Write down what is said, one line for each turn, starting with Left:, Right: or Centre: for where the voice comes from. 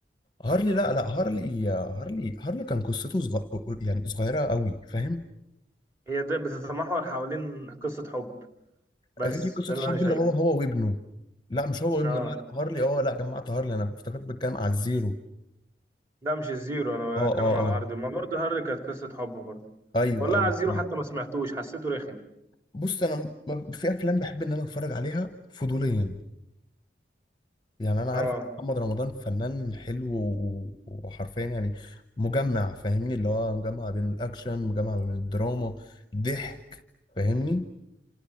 Left: هارلي لا لا هارلي هارلي هارلي كان قصته صغ... يعني صغيره قوي فاهم
Right: هي ده بتتمحور حوالين قصة حب بس
Left: غير قصه
Right: ده
Left: حب
Right: اللي انا شايفه
Left: اللي هو هو وابنه لا مش هو وابنه
Right: اه
Left: لا لا هارلي اه لا جمعت هارلي انا افتكرت بتكلم على الزيرو
Right: ده مش الزيرو انا
Left: اه
Right: بتكلم
Left: اه
Right: على
Left: اه
Right: هارلي ما برضه هارلي كانت قصة حب برضه
Left: ايوه
Right: والله
Left: ايوه
Right: على الزيرو
Left: آه.
Right: حتى ما سمعتوش حسيته رخم
Left: بص انا م- في افلام بحب ان انا اتفرج عليها فضوليا يعني انا عارف
Right: اه
Left: إن محمد رمضان فنان حلو و- وحرفيا يعني مجمع فاهمني اللي هو مجمع بين الاكشن مجمع بين الدراما ضحك فاهمني